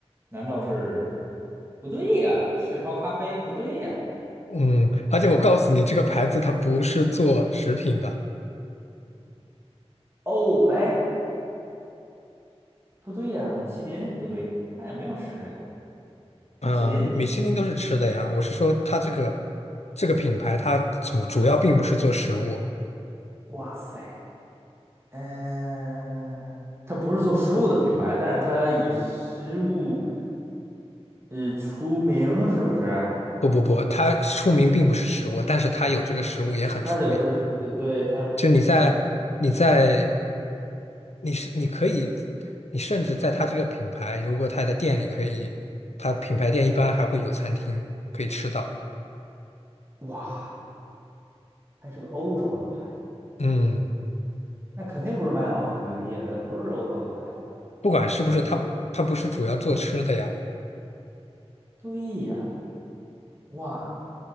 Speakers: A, on the right; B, on the left.
A: 难道是？不对呀，雀巢咖啡不对呀。
B: 嗯，而且我告诉你，这个牌子它不是做食品的，
A: 哦，哎，不对呀，米其林不对，它也没有吃的呀。米其林，
B: 嗯、米其林都是吃的呀，我是说它这个这个品牌它主主要并不是做食物，
A: 哇塞，嗯、它不是做食物的品牌，但是它以食物呃出名，是不是？
B: 不不不，它出名并不是食物，但是它有这个食物也很出名。
A: 它就是呃对它，
B: 就你在你在你是你可以，你甚至在它这个品牌，如果它的店里可以，它品牌店一般还会有餐厅可以吃到。
A: 哇，还是个欧洲的牌子，
B: 嗯，
A: 那肯定不是麦当劳、肯德基呀，它不是欧洲的牌子。
B: 不管是不是它，它不是主要做吃的呀。
A: 对呀，哇，